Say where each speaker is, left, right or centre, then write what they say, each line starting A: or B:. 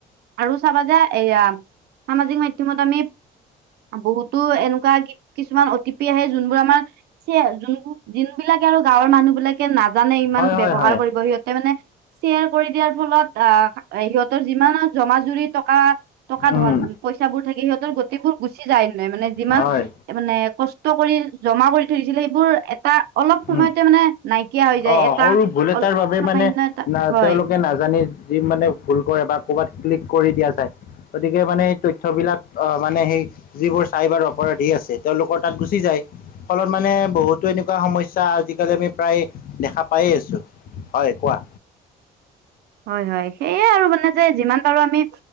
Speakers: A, on the right (about 70°); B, on the left (about 60°).
A: আৰু চাবা যে এয়া সামাজিক মাধ্যমত আমি বহুতো এনেকুৱা কিছুমান অটিপি আহে যোনবোৰ আমাৰ সেয়া যোনবো যোনবিলাকে আৰু গাঁৱৰ মানুহবিলাকে নাজানে ইমান
B: হয়, হয়,
A: ব্যৱহাৰ
B: হয়,
A: কৰিব সিহঁতে মানে শ্বেয়াৰ কৰি দিয়াৰ ফলত আ সিহঁতৰ যিমান জমা জুৰি টকা টকা
B: উম,
A: ধন পইচাবোৰ থাকে সিহঁতৰ গোটেইবোৰ গুচি যায়। মানে মানে যিমান
B: হয়,
A: মানে কষ্ট কৰি জমা কৰি থৈছিলে সেইবোৰ এটা অলপ সময়তে
B: উম,
A: মানে নাইকিয়া হৈ যায়
B: অ',
A: এটা
B: সৰু ভুল
A: অল
B: এটাৰ বাবে
A: সামান্য
B: মানে
A: এটা
B: না
A: হয়।
B: তেওঁলোকে নাজানি যি মানে ভুল কৰে বা কৰবাত ক্লিক কৰি দিয়া যায়, গতিকে মানে এই তথ্যবিলাক অ মানে সেই যিবোৰ চাইবাৰ অপৰাধী আছে তেওঁলোকৰ তাত গুচি যায়। ফলত মানে বহুতো এনেকুৱা সমইচ ছা আজিকালি আমি প্ৰায় দেখা পায়েই আছোঁ, হয় কোৱা?
A: হয় হয়। সেয়ে আৰু মানে যে যিমান পাৰো আমি